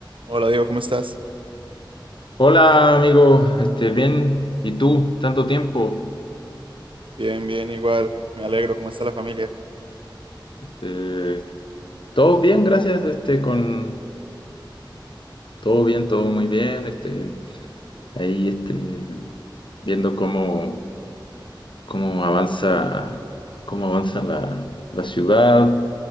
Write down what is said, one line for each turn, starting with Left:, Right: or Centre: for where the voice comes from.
Right: Hola Diego, ¿cómo estás?
Left: Hola amigo, este, bien, ¿y tú? Tanto tiempo.
Right: Bien, bien, igual. Me alegro. ¿Cómo está la familia?
Left: Este, todo bien, gracias, este, con todo bien, todo muy bien, este, ahí, este, viendo cómo, cómo avanza, cómo avanza la, la ciudad,